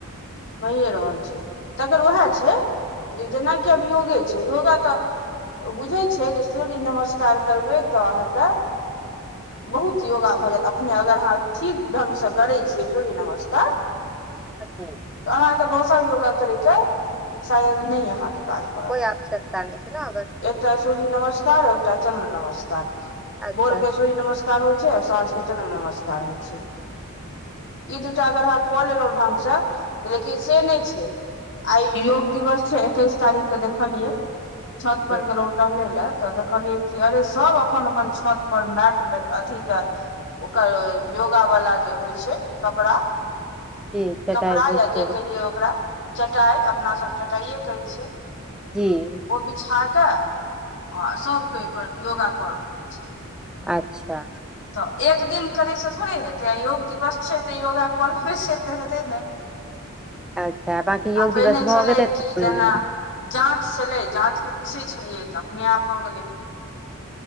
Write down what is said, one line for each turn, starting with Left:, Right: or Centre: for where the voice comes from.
Left: भहिए रहल छै तकर उएह छै जे जेनाकि आब योगे छै योगा तऽ। बुझैत छै जे सूर्य नमस्कार करबै तऽ अहाँके। बहुत योगा भऽ जायत अपने अगर अहाँ ठीक ढंग से करै छियै सूर्य नमस्कार।
Centre: अी <unintelligible>
Left: अहाँके दोसर योगा करे के शायद न अहाँके
Centre: कोइ आवश्यकता नहि छै ने बस
Left: सूर्य नमस्कार एकटा चन्द्र नमस्कार।
Centre: अच्छा
Left: भोर
Centre: अच्छा
Left: के सूर्य नमस्कार होइ छै आ साँझ के चन्द्र नमस्कार होइ छै। इ दू टा अगर कऽ लेलो लौढंगस लेकिन से नहि छै आइ योग दिवस छै एकैस तारीख। के देखलियै छत
Centre: जी
Left: पर गेलहुँं ते टहले लए तऽ देखलियै कि अरे सब अपन अपन छत पर मैट अथि के ओकर योगा वाला जे होइ छै कपड़ा
Centre: जी चटाई
Left: कपड़ा
Centre: भेज।
Left: या जे कहियै ओकरा चटाइ अपनासभ चटाइए कहै छियै
Centre: जी
Left: ओ बिछा के आ सब केओ पर योगा कर रहले छै
Centre: अच्छा
Left: तऽ एक दिन करै छै थोड़े हेतै योग दिवस छै तऽ योगा कऽ लेबै छै तऽ हेतै ने आ
Centre: अच्छा बाँकी योग दिवस
Left: पहिने
Centre: भऽ
Left: छलै
Centre: गेलै सुपौलमे
Left: कि जेना जाँच छलै जाँच के पीसै छलियै तऽ अपने आप भऽ गेलै